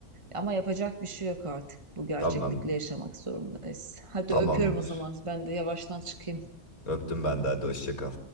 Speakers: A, on the right; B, on the left.
A: Ama yapacak bir şey yok artık. Bu gerçeklikle
B: Tamam.
A: yaşamak zorundayız. Hadi
B: Tamamdır.
A: öpüyorum o zaman. Ben de yavaştan çıkayım.
B: Öptüm ben de. Hadi hoşça kal.